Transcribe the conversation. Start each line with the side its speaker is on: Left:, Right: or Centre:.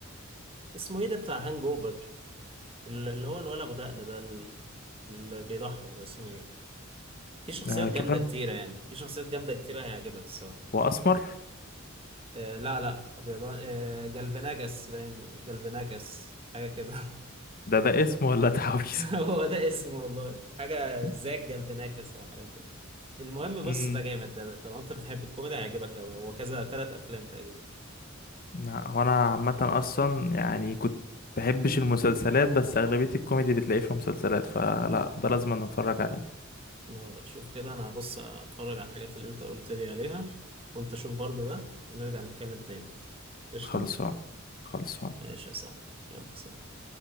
Right: اسمه ايه ده بتاع هانج اوفر اللي هو الولد ابو دقن ده ال- اللي بيضحك ده اسمه ايه في شخصيات
Left: آه كيفن
Right: جامده كتيره يعني في شخصيات جامده كتيره هيعجبك الصراحه
Left: واسمر
Right: آه لا لا ابيضان آه جالفناجاس باين جالفناجاس حاجه كده
Left: ده ده اسم ولا تعويذه
Right: <laughs> هو ده اسمه والله حاجه
Left: <laughs>
Right: زي جالفناكس او حاجه كده المهم بص
Left: امم
Right: ده جامد ده طالما انت بتحب الكوميدي هيعجبك قوي هو كذا ثلاث افلام تقريبا
Left: لا هو انا عامه اصلا يعني كنت بحبش المسلسلات بس اغلبيه الكوميدي بتلاقيه في مسلسلات فلا ده لازم نتفرج عليه
Right: لا لا شوف كده انا هبص اتفرج على الحاجات اللي انت قلت لي عليها وانت شوف برضو ده ونرجع نتكلم تاني قشطه
Left: خلصان خلصان
Right: ماشي صح يلا سلام